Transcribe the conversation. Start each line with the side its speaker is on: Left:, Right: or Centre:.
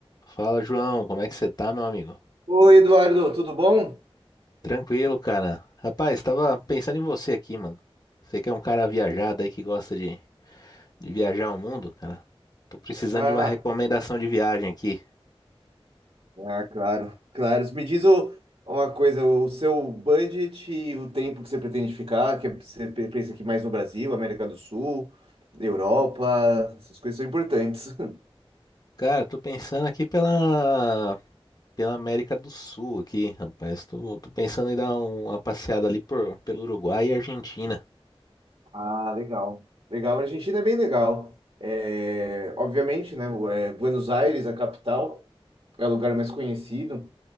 Left: Fala, João, como é que você tá, meu amigo?
Right: Oi, Eduardo, tudo bom?
Left: Tranquilo, cara. Rapaz, tava pensando em você aqui, mano. Você que é um cara viajado aí que gosta de, de viajar o mundo, cara. Tô precisando
Right: Ah,
Left: de uma recomendação de viagem aqui.
Right: Ah, claro, claro. Me diz o- uma coisa, o seu budget e o tempo que você pretende ficar, que você pe- pensa aqui mais no Brasil, América do Sul, Europa, essas coisas são importantes. <laughs>
Left: Cara, tô pensando aqui pela, pela América do Sul aqui, rapaz. Tô, tô pensando em dar um, uma passeada ali por, pelo Uruguai e Argentina.
Right: Ah, legal. Legal, a Argentina é bem legal. É, obviamente, né, o- é, Buenos Aires, a capital, é o lugar mais conhecido.